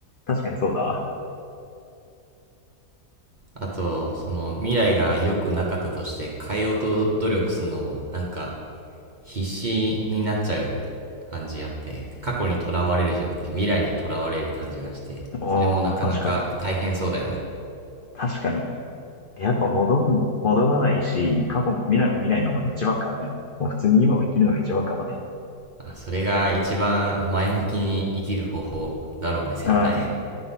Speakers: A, on the left (about 55°); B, on the right (about 35°).
A: 確かにそうだ
B: あと、その未来が良くなかったとして変えようと努力するのもなんか必死になっちゃう感じあって、過去にとらわれるじゃなくて未来にとらわれる感じがして、
A: ああ確かに。
B: それもなかなか大変そうだよね。
A: 確かに。やっぱ戻ん、戻らないし、過去も未来も見ないのも一番かもね。もう普通に今を生きるのが一番かもね。
B: あ、それが一番前向きに生きる方法だろうね、絶対。
A: うん。